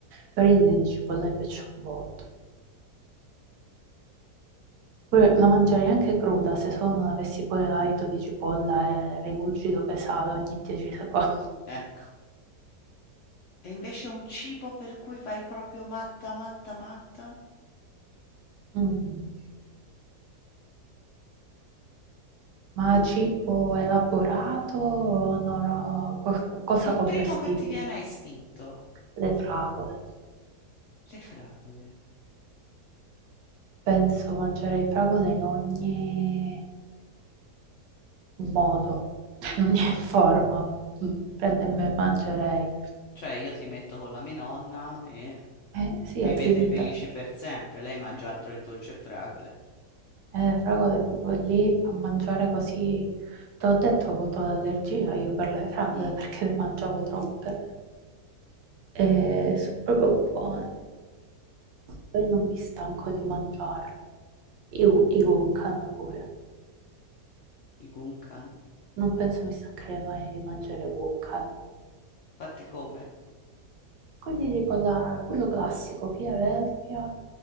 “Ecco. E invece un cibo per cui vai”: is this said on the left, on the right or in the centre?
Left